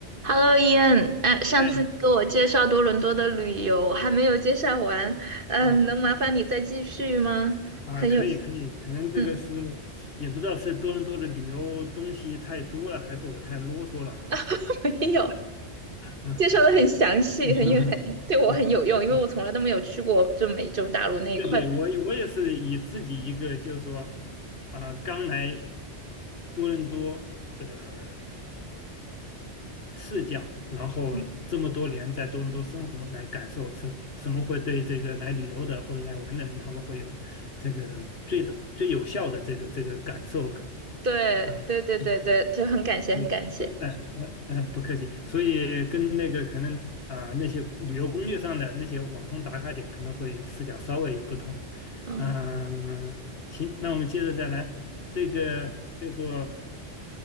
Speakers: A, on the right; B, on the left.
A: Hello, Ian，哎，上次你给我介绍多伦多的旅游还没有介绍完，
B: 哎，
A: 嗯，
B: 啊
A: 能麻烦你再继续吗？
B: 啊，
A: 很有，
B: 可以可以，可能这个是
A: 嗯，
B: 也不知道是多伦多的旅游东西太多了，还是我太啰嗦了哈。
A: <laughs> 没有，
B: 啊
A: 介绍的很详细，
B: <laughs>，
A: 很有很对我很有用，因为我从来都没有去过就美洲大陆那一块。
B: 对对，我也我也是以自己一个就是说，啊、刚来多伦多的视角，然后这么多年在多伦多生活来感受什什么会对这个来旅游的或者来玩的人，
A: 嗯，
B: 他们会有这个最的最有效的这个这个感受吧。
A: 对对对对对，
B: 嗯嗯
A: 就很感谢，
B: 嗯，
A: 很感谢。
B: 不，呃呃呃不客气。所以跟那个可能啊、呃那些旅游攻略上的那些网红打卡点，可能会视角稍微有不同。
A: 嗯
B: 嗯、行，那我们接着再来。这个就说